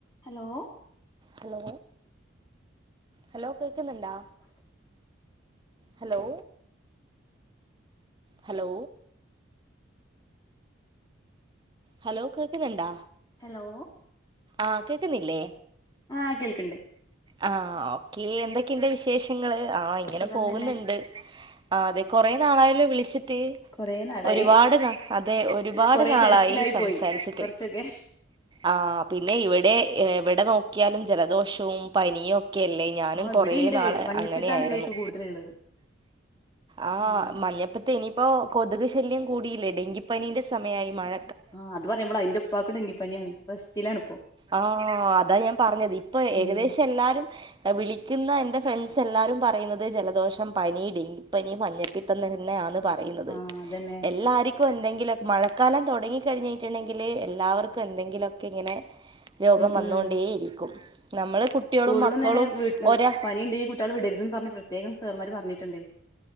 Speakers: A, on the left; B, on the right.
A: Hello
B: hello hello കേൾക്കുന്നുണ്ടോ hello hello hello കേൾക്കുന്നുണ്ടാ
A: hello
B: ആഹ് കേക്കുന്നില്ലേ
A: ആഹ് കേൾക്കണ്ട്
B: ആഹ് ഓക്കേ എന്തൊക്കെ ഇണ്ട് വിശേഷങ്ങള് ആ ഇങ്ങനെ
A: സുഖം
B: പോകുന്നുണ്ട്
A: തന്നെ
B: ആഹ് അതെ കൊറേ നാളായല്ലോ വിളിച്ചിട്ട്
A: കൊറേ നാളായി
B: ഒരുപാട് ന അതെ ഒരുപാട്
A: കൊറേ
B: നാളായി
A: തെരക്കിലായി
B: സംസാരിച്ചിട്ട്
A: പോയി കൊറച്ചൊക്കെ
B: ആഹ് പിന്നെ ഇവിടെ എവിടെ നോക്കിയാലും ജലദോഷവും പനിയും ഒക്കെ അല്ലേ ഞാനും
A: ആഹ് ഇവിടിണ്ട്
B: കൊറേ നാള്
A: മഞ്ഞപ്പിത്താണ്
B: അങ്ങനെ ആയിരുന്നു
A: ഈ വഴിക്ക് കൂടുതല്ള്ളത്
B: ആഹ്
A: ഉം
B: മഞ്ഞപ്പിത്തം ഇനി ഇപ്പോൾ കൊതുക് ശല്യം കൂടിയില്ലേ ഡെങ്കിപ്പനീൻ്റെ സമയമായി മഴ
A: ആഹ് അത് പറയുമ്പളാ എന്റെ ഉപ്പാക്ക്‌ ഡെങ്കിപ്പനിയാണ് റെസ്റ്റിലാണിപ്പോ
B: ആഹ് അതാ ഞാൻ പറഞ്ഞത് ഇപ്പൊ ഏകദേശം
A: ഉം
B: എല്ലാരും വിളിക്കുന്ന എന്റെ ഫ്രണ്ട്സ് എല്ലാരും പറയുന്നത് ജലദോഷം പനി ഡെ ങ്കിപ്പനി മഞ്ഞപ്പിത്തം തന്നെ ആന്ന് പറയുന്നത്
A: ആഹ് അതന്നെ
B: എല്ലാ ർക്കും എന്തെങ്കിലുമൊക്കെ മഴക്കാലം തുടങ്ങി കഴിഞ്ഞിട്ടുണ്ടെങ്കിൽ എല്ലാവർക്കും എന്തെങ്കിലുമൊക്കെ ഇങ്ങനെ രോഗം
A: ഉം
B: വന്നോണ്ടേ
A: ഉം
B: ഇരിക്കും നമ്മള് കുട്ടികളും
A: സ്കൂളിലും
B: മക്കളും
A: തന്നെ വീട്ടിലും
B: ഒരാ
A: പനിയുണ്ടെങ്കിൽ കുട്ടികളെ വിടരുതന്ന് പറഞ്ഞ് പ്രത്യേകം സാറൻമാർ പറഞ്ഞിട്ടുണ്ട്